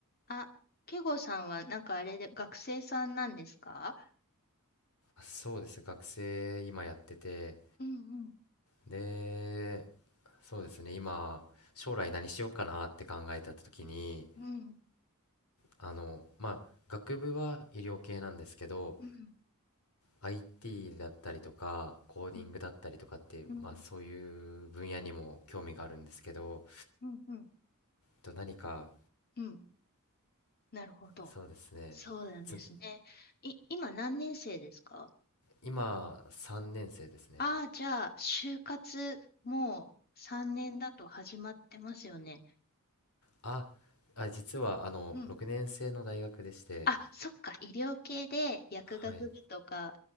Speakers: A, on the left; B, on the left.
A: あ、ケイゴさんはなんかあれで学生さんなんですか
B: そうですね学生今やってて
A: うん
B: でそうですね今将来何しようかなって考えた時に
A: うんうん
B: あのまあ学部は医療系なんですけど
A: うん
B: IT だったりとかコーディングだったりとかっていうまあそういう分野にも興味があるんですけど
A: うんうんうんうん
B: と何か
A: うんなるほど。
B: そうですねつ
A: そうなんですね。い、今何年生ですか
B: 今3年生ですね
A: ああー、じゃあ、就活もう3年だと始まってますよね。
B: ああ実はあの6年生の大学でして
A: うんあ、そっか、医療系で薬学部とか
B: はい